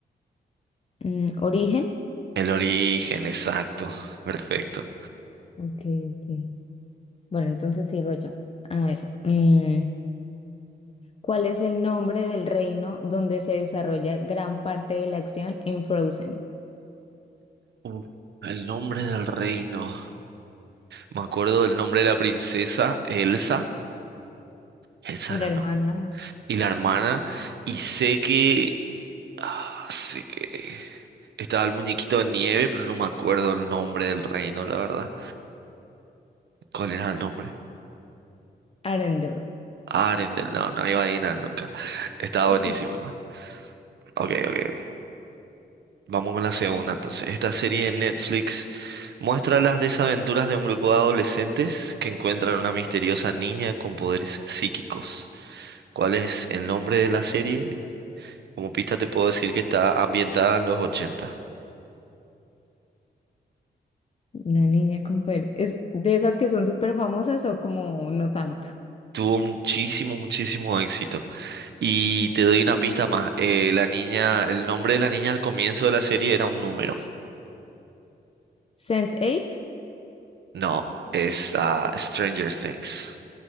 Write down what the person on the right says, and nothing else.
El origen, exacto, perfecto.
Uh, el nombre del reino. Me acuerdo del nombre de la princesa, Elsa. Elsa
era,
no. Y la hermana. Y sé que Así que estaba el muñequito de nieve, pero no me acuerdo el nombre del reino, la verdad. ¿Cuál era el nombre?
Arendelle, no, no iba a adivinar nunca. Estaba
buenísimo, igual. Ok, ok, ok. Vamos con la segunda, entonces. Esta serie de Netflix muestra las desaventuras de un grupo de adolescentes que encuentran una misteriosa niña con poderes psíquicos. ¿Cuál es el nombre de la serie? Como pista te puedo decir que está ambientada en los ochenta.
Tuvo muchísimo, muchísimo éxito. Y te doy una pista más. eh, la niña, el nombre de la niña al comienzo de la serie era un número.
No, es ah, Stranger Things.